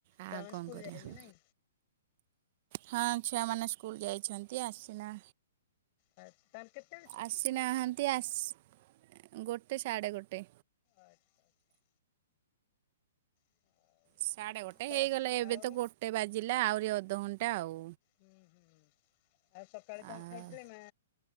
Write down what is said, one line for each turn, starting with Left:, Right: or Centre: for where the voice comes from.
Right: ଆ
Left: ଛୁଆମାନେ
Right: କଣ
Left: ସ୍କୁଲ
Right: କରିବା,
Left: ଯାଇଛନ୍ତି ନାଇଁ
Right: ହଁ ଛୁଆ ମାନେ ସ୍କୁଲ ଯାଇଛନ୍ତି, ଆସି ନା
Left: ଆ ତାର କେତେ
Right: ଆସିନାହାନ୍ତି ଆସି ଗୋଟେ ସାଢ଼େ ଗୋଟେ
Left: ଆଚ୍ଛା। <unintelligible>
Right: ସାଡେ
Left: ତ
Right: ଗୋଟେ ହେଇଗଲା ଏବେ
Left: ଆଉ
Right: ତ ଗୋଟେ ବାଜିଲା ଆହୁରି ଅଧଘଣ୍ଟା ଆଉ।
Left: ହୁଁ ହୁଁ ଆଉ ସକାଳେ କଣ
Right: ଆଉ
Left: ଖାଏଥିଲେ ମା?